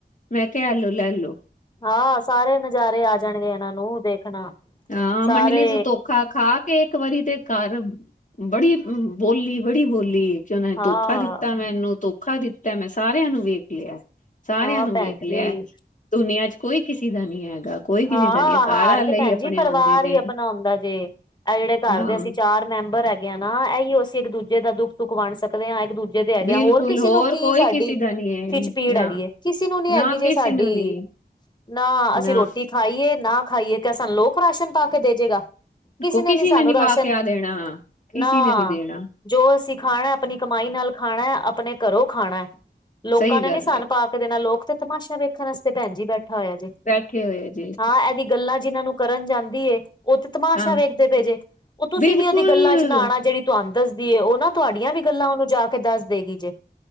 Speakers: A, on the left (about 45°); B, on the left (about 25°).
A: ਮੈਂ ਕਿਆ ਐਲੋ ਲੈਲੋ।
B: ਹਾਂ, ਸਾਰੇ ਨਜ਼ਾਰੇ ਆ ਜਾਣਗੇ ਐਨਾਂ ਨੂੰ, ਦੇਖਣਾ।
A: ਹਾਂ,
B: ਸਾਰੇ
A: ਮੰਡਲੀ 'ਚ ਧੋਖਾ ਖਾ ਕੇ ਇੱਕ ਵਾਰੀ ਤੇ ਘਰ ਬੜੀ ਬੋਲੀ, ਬੜੀ ਬੋਲੀ। ਕਿ ਔਨਾਂ ਨੇ
B: ਹਾਂ
A: ਧੋਖਾ ਦਿੱਤੈ ਮੈਂਨੂੰ, ਧੋਖਾ ਦਿੱਤੈ। ਮੈਂ ਸਾਰਿਆਂ ਨੂੰ ਵੇਖ ਲਿਐ। ਸਾਰਿਆਂ
B: ਹਾਂ
A: ਨੂੰ
B: ਭੈਣ
A: ਵੇਖ ਲਿਐ,
B: ਜੀ
A: ਦੁਨੀਆਂ 'ਚ ਕੋਈ ਕਿਸੇ ਦਾ ਨੀ ਹੈਗਾ। ਕੋਈ ਕਿਸੇ
B: ਹਾਂ,
A: ਦਾ ਨੀ ਹੈ ਘਰ
B: ਹਾਰ
A: ਵਾਲੇ
B: ਕੇ ਭੈਣ
A: ਹੀ ਆਪਣੇ
B: ਜੀ ਪਰਿਵਾਰ
A: ਆਉਂਦੇ ਨੇ
B: ਈ ਆਪਣਾ ਹੁੰਦਾ ਜੇ। ਐ ਜੇੜੇ ਘਰ
A: ਹਾਂ
B: ਦੇ ਅਸੀਂ ਚਾ ਰ ਮੈਂਬਰ ਹੈਗੇ ਆ ਨਾ ਐਈਔ ਅਸੀਂ ਇੱਕ-ਦੂਜੇ ਦਾ ਦੁੱਖ ਸੁੱਖ ਵੰਡ ਸਕਦੇ ਆ ਇੱਕ ਦੂ ਜੇ ਦੇ ਹੈਗੇ
A: ਬਿਲਕੁਲ
B: ਆਂ। ਹੋਰ ਕਿਸੀ ਨੂੰ ਕੀ
A: ਕੋਈ
B: ਸਾਡੀ
A: ਕਿਸੇ ਦਾ ਨੀ ਹੈ
B: ਖਿਚਪੀੜ
A: ਨਾ
B: ਹੈਗੀ ਏ। ਕਿਸੀ ਨੂੰ ਨੀ ਹੈਗੀ
A: ਨਾ
B: ਜੇ
A: ਕਿਸੇ
B: ਸਾਡੀ
A: ਨੂੰ ਨੀ
B: ਨਾ ਅਸੀਂ
A: ਨਾ
B: ਰੋਟੀ ਖਾਈਏ, ਨਾ ਖਾਈਏ, ਕਯਾ ਸਾਨੂੰ ਲੋਕ ਰਾਸ਼ਨ ਪਾ ਕੇ ਦੇਜੇਗਾ। ਕਿਸੀ
A: ਕੋ
B: ਨੇ
A: ਕਿਸੇ
B: ਨੀ ਸਾਨੂੰ ਰਾਸ਼ਨ,
A: ਪਾ ਕੇ ਆ ਦੇਣਾ ਕਿਸੇ
B: ਨਾ।
A: ਨੇ ਨੀ ਦੇਣਾ
B: ਜੋ ਅਸੀਂ ਖਾਣੈ, ਆਪਣੀ ਕਮਾਈ ਨਾਲ ਖਾਣੈ ਆਪਣੇ ਘਰੋਂ ਖਾਣੈ, ਲੋਕਾਂ
A: ਸਹੀ
B: ਨੇ
A: ਗੱਲ
B: ਨੀ ਸਨ
A: ਹੈ
B: ਪਾ ਕੇ ਦੇਣੈ। ਲੋਕ ਤੇ ਤਮਾਸ਼ ਵੇਖਣ ਅਸਤੇ ਭੈਣ ਜੀ ਬੈਠਾ ਹੋਇਆ ਜੇ।
A: ਬੈਠੇ ਹੋਏ ਜ
B: ਹਾਂ, ਐਦੀ ਗੱਲਾਂ ਜਿਨਾਂ ਨੂੰ ਕਰਨ ਜਾਂਦੀ ਏ ਔ ਤੇ ਤਮਾਸ਼ਾ
A: ਹਾਂ
B: ਵੇਖਦੇ ਪਏ ਜੇ। ਔ ਤੁਸੀ
A: ਬਿਲਕੁਲ
B: ਵੀ ਔਦੀ ਗੱਲਾਂ 'ਚ ਨਾ ਆਣਾ ਜੜੀ ਤੁਆਨੂੰ ਦੱਸਦੀ ਏ, ਔ ਨਾ ਤੁਆਡੀਆਂ ਵੀ ਗੱਲਾਂ ਔਨੂੰ ਜਾ ਕੇ ਦੱਸ ਦੇਗੀ ਜੇ।